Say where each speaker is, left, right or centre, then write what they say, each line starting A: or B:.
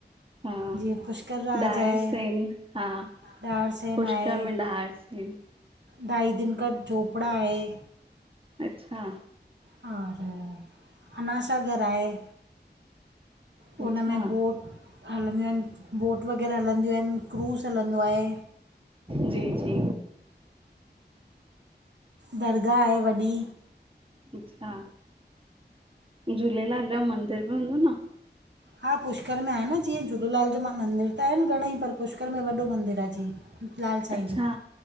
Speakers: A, on the right; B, on the right.
A: हा
B: जीअं पुष्कर राज
A: डायस
B: आहे।
A: आहिनि हा
B: दाहर सेन
A: पुष्कर
B: आहे,
A: में ढार सेन
B: ढाई दिन का झोपड़ा आहे।
A: अच्छा!
B: और अनासागर आहे। हुनमें
A: अच्छा
B: बोट हलंदियूं आहिनि, बोट वग़ैरह हलंदियूं आहिनि, क्रूज़ हलंदो आहे।
A: जी -जी।
B: दरगाह आहे वॾी।
A: अच्छा, झूलेलाल जो मंदिर बि हूंदो न?
B: हा पुष्कर में आहे न जीअं झूलेलाल जो मंदिर त आहिनि, घणेई पर पुष्कर में वॾो मंदिरु आहे जीअं, लाल साईं
A: अच्छा
B: जो।